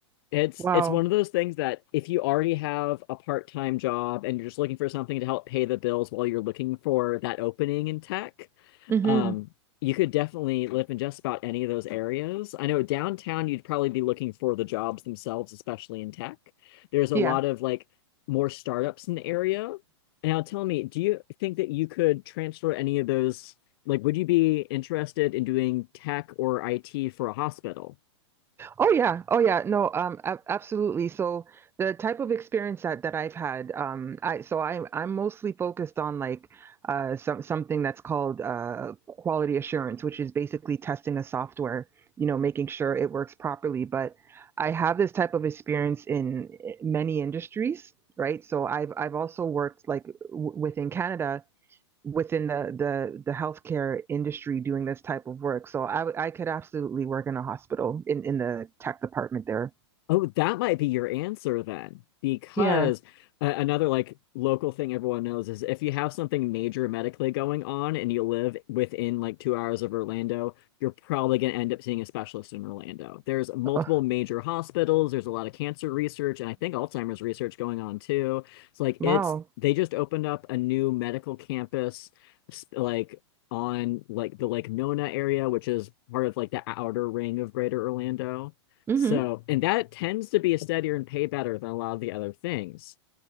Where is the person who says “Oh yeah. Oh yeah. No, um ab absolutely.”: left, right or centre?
Right